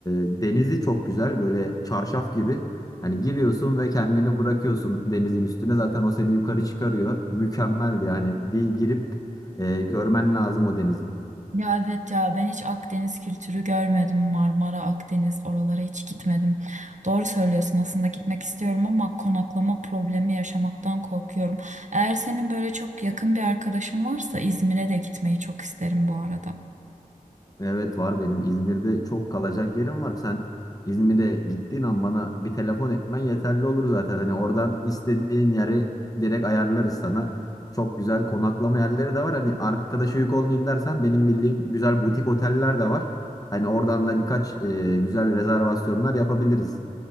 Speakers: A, on the left; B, on the right.
A: denizi çok güzel. Böyle çarşaf gibi. Hani giriyorsun ve kendini bırakıyorsun denizin üstüne. Zaten o seni yukarı çıkarıyor. Mükemmeldi yani. Bir girip e, görmen lazım o denizi.
B: Ya evet ya ben hiç Akdeniz kültürü görmedim. Marmara, Akdeniz oralara hiç gitmedim. Doğru söylüyorsun aslında gitmek istiyorum ama konaklama problemi yaşamaktan korkuyorum. Eğer senin böyle çok yakın bir arkadaşın varsa İzmir'e de gitmeyi çok isterim bu arada.
A: Evet var benim İzmir'de çok kalacak yerim var. Sen İzmir'e gittiğin an bana bir telefon etmen yeterli olur zaten. Hani oradan istediğin yeri direkt ayarlarız sana. Çok güzel konaklama yerleri de var. Hani arkadaşa yük olmayayım dersen benim bildiğim güzel butik oteller de var. Hani oradan da birkaç e, güzel rezervasyonlar yapabiliriz.